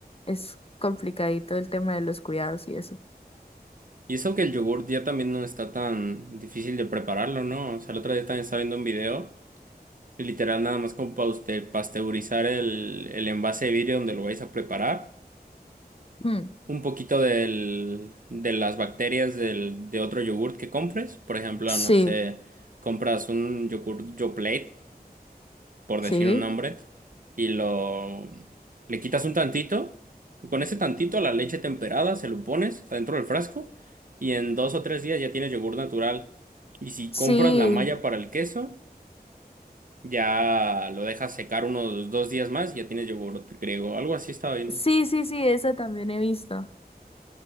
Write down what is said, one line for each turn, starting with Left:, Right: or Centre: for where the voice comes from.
Left: Es complicadito el tema de los cuidados y eso.
Right: Y eso que el yogurt ya también no está tan difícil de prepararlo, ¿no? O sea, el otro día también estaba viendo un video y literal nada más como para usted pasteurizar el, el envase de vidrio donde lo vais a preparar.
Left: Mm,
Right: un poquito del, de las bacterias del, de otro yogurt que compres. Por ejemplo,
Left: Sí,
Right: no sé, compras un yogurt Yoplait, por decir
Left: sí,
Right: un nombre, y lo le quitas un tantito. Con ese tantito, la leche temperada, se lo pones adentro del frasco y en dos o tres días ya tienes yogur natural. Y si
Left: sí,
Right: compras la malla para el queso, ya lo dejas secar unos dos días más y ya tienes yogur griego. Algo así estaba viendo.
Left: sí, sí, sí, eso también he visto.